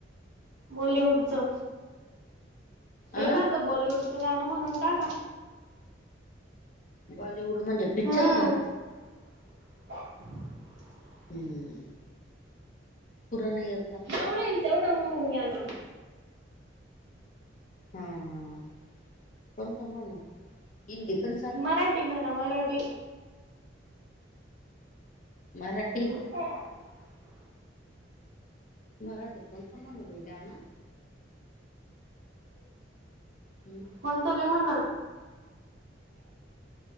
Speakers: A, on the right; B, on the left.
A: बॉलिवूड च,
B: अं
A: एखादं. बॉलिवूडचं गाणं म्हणून टाका.
B: बॉलिवूड म्हणजे पिक्चर
A: हम्म
B: का?
A: <unintelligible>
B: हम्म. पुराण ये
A: जेवढं येईल, तेवढं म्हणून घ्या ना.
B: हम्म. कोणच म्हणु, हिंदीतून?
A: मराठी म्हना मराठी.
B: मराठी?
A: <unintelligible>
B: मराठीतून कोणतं म्हणु बाई गाणं? हम.
A: कोणतं बी म्हणा.